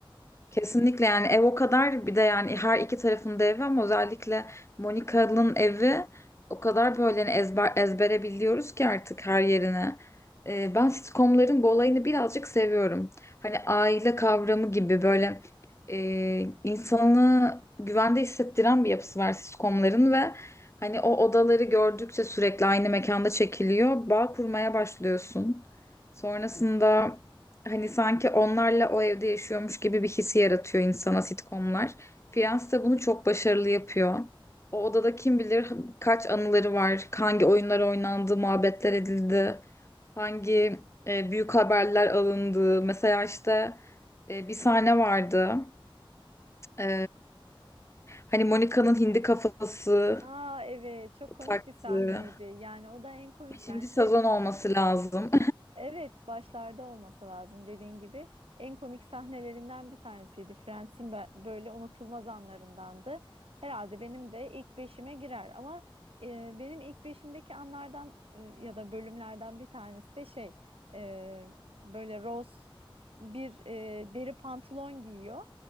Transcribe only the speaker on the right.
Aa evet çok komik
bir sahneydi. Yani o da en komik
bence.
Evet, başlarda olması lazım dediğin gibi. En komik sahnelerinden bir tanesiydi. Friends'in be- böyle unutulmaz anlarındandı. Herhalde benim de ilk beşime girer ama e, benim ilk beşimdeki anlardan e, ya da bölümlerden bir tanesi de şey e, böyle Rose bir e, deri pantolon giyiyor